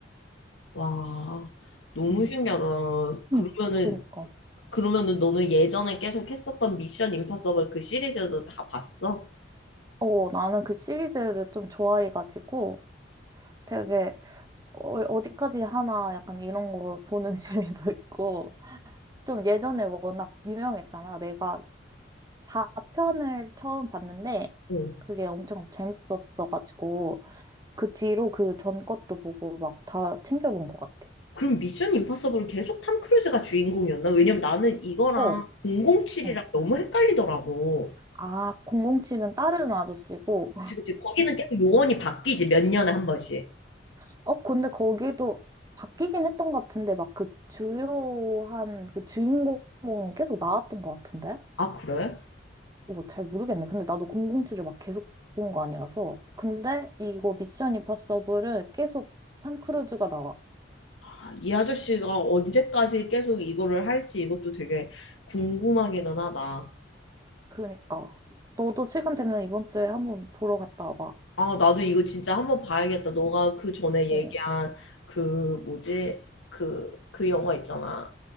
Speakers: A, on the left (about 80°); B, on the right (about 20°).
A: 와, 너무
B: 음,
A: 신기하다. 그러면은
B: 음, 그니까.
A: 그러면은 너는 예전에 계속 했었던 미션 임파서블 그 시리즈도 다 봤어?
B: 어, 나는 그 시리즈를 좀 좋아해가지고 되게 어, 어디까지 하나 약간 이런 거 보는 <laughs> 재미도 있고. 좀 예전에 워낙 유명했잖아. 내가 4편을 처음 봤는데
A: 어.
B: 그게 엄청 재밌었어가지고 그 뒤로 그 전 것도 보고 막 다 챙겨본 것 같아.
A: 그럼 미션 임파서블 계속 탐 크루즈가 주인공이었나? 왜냐면 나는 이거랑
B: 어,
A: 007이랑
B: 응.
A: 너무 헷갈리더라고.
B: 아, 공공치은 다른 아저씨고.
A: 그치, 그치. 거기는 계속 요원이 바뀌지, 몇 년에 한 번씩.
B: <laughs> 어, 근데 거기도 바뀌긴 했던 것 같은데 막 그 주요한 그 주인공은 계속 나왔던 것 같은데?
A: 아, 그래?
B: 뭐 잘 모르겠네. 근데 나도 공공치을막 계속 본 거 아니라서. 근데 이거 미션 임파서블은 계속 탐 크루즈가 나와.
A: 아, 이 아저씨가 언제까지 계속 이거를 할지 이것도 되게 궁금하기는 하다.
B: 그니까. 너도 시간 되면 이번 주에 한번 보러 갔다 와봐.
A: 아, 나도 이거 진짜 한번 봐야겠다. 너가 그 전에
B: 어.
A: 얘기한 그 뭐지? 그, 그 영화 있잖아.